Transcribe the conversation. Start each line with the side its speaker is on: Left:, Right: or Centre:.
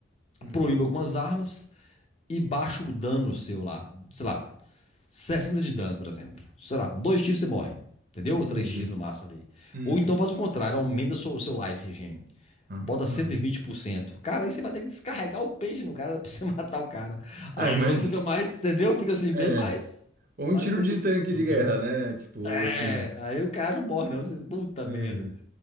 Right: Hum.
Left: proíbem algumas armas e baixa o dano seu lá, sei lá, 60 de dano, por exemplo. Sei lá, dois tiros você morre, entendeu? Ou
Right: Entendi.
Left: três tiros no máximo ali.
Right: Uhum.
Left: Ou então faz o contrário, aumenta o seu, seu life regen.
Right: Ah,
Left: Bota cento e vinte por cento. Cara, aí você vai ter que descarregar o peixe no cara <laughs> pra você matar o cara. Aí
Right: Ah, mas.
Left: o jogo fica mais, entendeu? Fica assim,
Right: É.
Left: bem mais,
Right: Ou
Left: mais
Right: um tiro
Left: competitivo,
Right: de tanque de guerra,
Left: né?
Right: né? Tipo,
Left: É,
Right: algo assim.
Left: aí o cara não morre, não. Você, puta
Right: Uhum.
Left: merda.